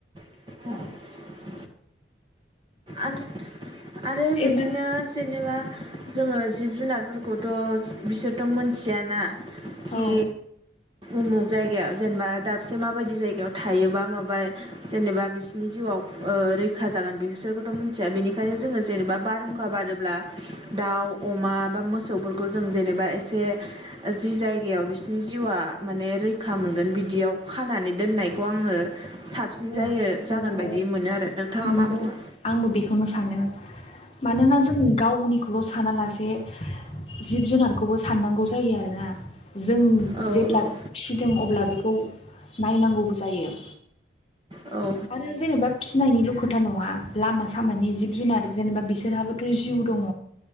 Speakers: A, on the right; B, on the left.
A: अ आरो आरो बिदिनो
B: एबार
A: जेनेबा जोङो जिब जुनारफोरखौथ' बिसोरथ' मोनथियाना
B: औ
A: खि
B: औ
A: उमुख जायगायाव जेनेबा दाबसे माबायदि जायगायाव थायोबा माबा जेनेबा बिसिोरनि जिउआ ओ रैखा जागोन बिसोरखौिथ मोनथिया बिनिखायनो जोङो जेनेबा बारहुं खा बारोब्ला दाउ अमा बा मोसौफोरखौ जों जेनेबा एसे जि जाय गायाव बिसोरनि जिउआ माने रैखा मोनगोन बिदियाव खानानै दोननायखौ आङो साबसिन
B: औ
A: जायो
B: औ
A: जागोन बायदि मोनो आरो, नोंथाङा
B: नंगौ
A: मा बुङो?
B: आंबो बेखौनो सानो मानोना जों गावनि खौल' सानालासे जिब जुनारखौबो साननांगौ जायो आरोना। जों
A: औ
B: जेब्ला
A: औ
B: फिसिदों अब्ला बेखौ नायनांगौबो जायो।
A: औ
B: आरो जेनेबा फिनायनिल' खोथा नङा लामा सामानि जिब जुनार जेनेबा बिसोरहाबोथ' जिउ दङ।